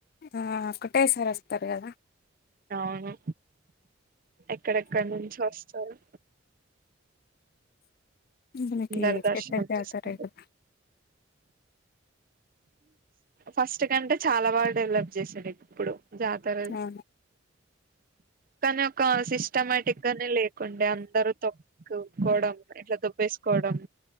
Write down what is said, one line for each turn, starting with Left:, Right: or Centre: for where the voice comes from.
Left: ఆ ఒకటే సార్ వస్తారు కదా
Right: అవును ఎక్కడెక్కడ నుంచి వస్ స్తారు
Left: మనకి
Right: అందరు దర్శనం
Left: పెద్ద జాతర
Right: చేసుకుంటారు
Left: ఈ
Right: ఫస్ట్ కంటే చాలా బాగా డెవలప్ చేసిండు ఇప్పుడు జాతర
Left: అవును
Right: కనీ ఒ క సిస్టమటిక్ గానే లేకుండే అందరూ తప్పుకోవడం ఇట్లా దుబ్బేసుకోవడం